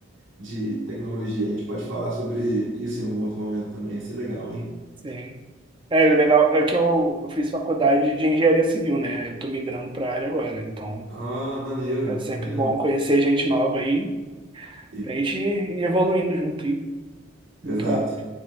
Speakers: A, on the right (about 75°); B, on the right (about 25°).
A: de tecnologia. A gente pode falar sobre isso em algum outro momento também. Ia ser legal, hein?
B: Sim. É, e o legal é que eu, eu fiz faculdade de engenharia civil, né? Eu tô migrando pra área agora, então
A: Ah, maneiro,
B: é sempre
A: maneiro.
B: bom conhecer gente nova aí,
A: E-
B: pra gente ir evoluindo junto aí. Muito
A: exato.
B: bom.